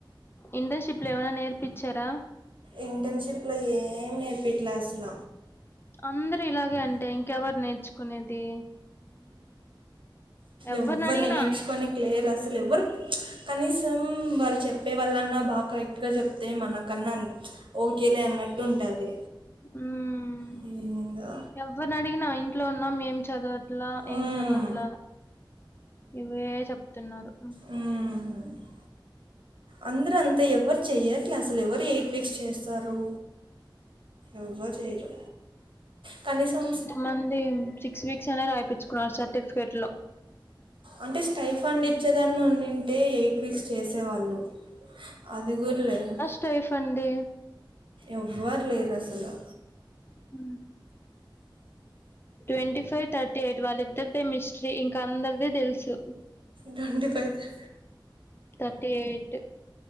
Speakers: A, on the left; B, on the right.
A: ఇంటర్న్షిప్ల్ ఏమనా నేర్పించారా
B: ఇంటర్న్షిప్లు ఏం నేర్పిట్లే అస్సల
A: అందరూ ఇలాగే అంటే ఇంకెవరు నేర్చుకునేది ఎవరిని
B: ఎవ్వర్
A: అడిగినా
B: నేర్చుకొనిక్ లేర్ అస్సల్ ఎవ్వరు కనీసం వాళ్ చెప్ ప్పే వాళ్ళన్నా బాగ్ కరెక్ట్గా చెప్తే మనకన్నా ఓకేలే అన్నట్టు ఉంటాది.
A: ఉం
B: కి ఇంగా
A: ఎవ్వర్నడిగినా ఇంట్లో ఉన్నాం ఏం చదవట్లా ఏం
B: మ్మ్.
A: చదవట్లా ఇవే చెప్తున్నారు.
B: ఉం అందరు అంతే ఎవ్వరు చేయ్యట్లే అసల్ ఎవ్వరు ఎయిట్ వీక్స్ చేస్త్ తారు ఎవ్వర్ చేయరు కానీసం
A: మంది సిక్స్ వీక్స్ అనే రాయ్పిచ్చుకున్నారు సర్టిఫికెట్ లో
B: అంటే స్టై ఫండ్ ఇచ్చేదాన్ని ఉండింటే ఎయిట్ వీక్స్ చేసేవాళ్ళు అదిగూడ్ లేదు
A: స్టై ఫండి
B: ఎవ్వర్ లేర్ అసలు
A: ఉ ట్వంటీ ఫైవ్ థర్టీ ఎయిట్ వాళ్ళిద్దరిదే మిస్ట్రీ ఇంకా అందరిది తెల్సు
B: దొండి ఫైవ్ త
A: థర్టీ ఎయిట్